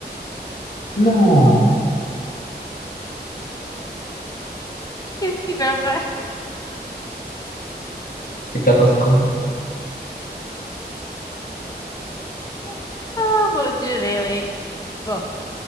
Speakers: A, on the left; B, on the left.
A: Non,
B: Qu'est-ce qui va pas?
A: <laughs> c'est catastrophique.
B: <laughs> Oh mon Dieu, mais oui. Bon,